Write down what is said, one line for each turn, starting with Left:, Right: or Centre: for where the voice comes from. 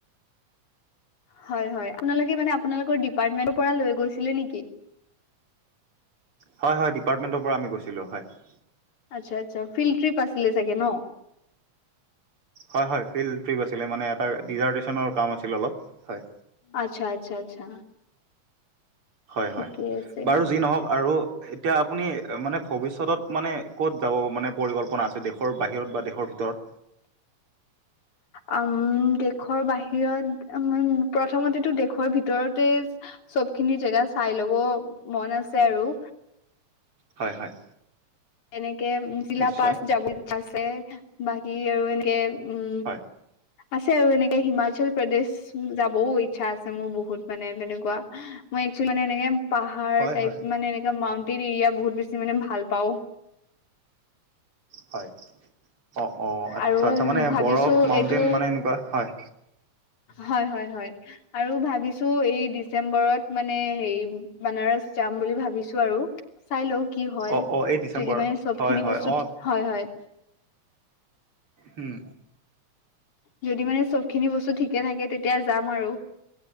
Left: হয় হয় আপোনালোকে মানে আপোনালোকৰ ডিপাৰ্টমেন্টৰ পৰা লৈ গৈছিলে নেকি
Right: হয় ডিপাৰ্টমেণ্টৰ পৰা আমি গৈছিলো হয়
Left: আচ্ছা আচ্ছা ফিল্ড ট্ৰিপ আছিলে চাগে ন
Right: হয় হয় ফিল্ড ট্ৰিপ আছিলে মানে এটা ডিজাৰদেচনৰ কাম আছিল অলপ হয়
Left: আচ্ছা আচ্ছা আচ্ছা
Right: হয়
Left: ঠিকে
Right: হয়
Left: আছে
Right: বাৰু যি নহওক আৰু এতিয়া আপুনি মানে ভৱিষ্যতত মানে ক'ত যাব মানে পৰিকল্পনা আছে দেশৰ বাহিৰত বা দেশৰ ভিতৰত
Left: উম দেশৰ বাহিৰত এম উম প্ৰথমতেটো দেশৰ ভিতৰতে চবখিনি জেগা চাই ল'ব মন আছে আৰু।
Right: হয় হয়।
Left: এনেকে জিলা
Right: নিশ্চয়
Left: পাছ যাবলে আছে বাকী আৰু এনেকে উম।
Right: হয়
Left: আছে আৰু এনেকে হিমাচল প্ৰদেশ যাবও ইচ্ছা আছে মোৰ বহুত মানে তেনেকুৱা। মানে একচুৱেলি মানে এনেকে পাহাৰ
Right: হয়
Left: টাইপ
Right: হয়
Left: মানে এনেকে মাউনটেইন এৰিয়া বহুত বেছি মানে ভালপাওঁ।
Right: হয়, অ অ, আচ্ছা
Left: আৰু
Right: আচ্ছা মানে
Left: ভাবিছো
Right: বৰফ, মাউটেইন
Left: এইটো
Right: মানে এনেকুৱা হয়
Left: হয় হয় হয়। আৰু ভাবিছো, এই ডিচেম্বৰত মানে হেৰি বানাৰস যাম বুলি ভাবিছো আৰু। চাই লওঁ কি হয়
Right: অ অ এই ডিচেম্বৰত
Left: যদি মানে চবখিনি
Right: হয় হয়
Left: বস্তু
Right: অ
Left: হয়, হয়
Right: উম।
Left: যদি মানে চবখিনি বস্তু ঠিকেই থাকে তেতিয়া যাম আৰু।